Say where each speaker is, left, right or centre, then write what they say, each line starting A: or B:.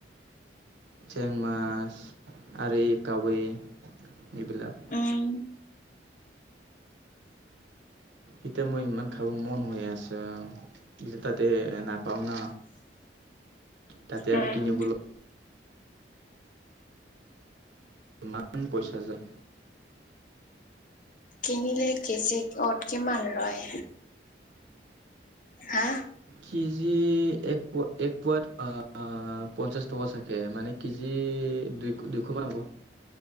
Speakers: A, on the right; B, on the left.
A: চেং মাছ আৰু এই কাৱৈ। এইবিলাক
B: উম।
A: এতিয়া মই ইমান খাব মন হৈ আছে, এতিয়া তাতেই নাপাওঁ না। তাতে
B: উম।
A: আৰু কিনিবলৈ ইমান পইচা যায়।
B: কিনিলে কেজি অত কিমান লয়? হা?
A: কেজি, এক পোৱা, এক পোৱাত অ' পঞ্চাশ টকা চাগে, মানে কেজি দুই দুইশ মান হ'ব।